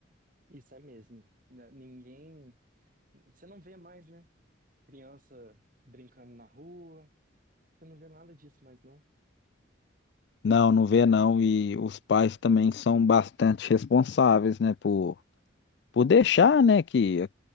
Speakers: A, on the right; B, on the left.
A: Isso é mesmo. N- Ninguém. Você não vê mais, né? Criança brincando na rua. Você não vê nada disso mais, não.
B: Não, não vê não. E os pais também são bastante responsáveis, né? Por, por deixar, né? Que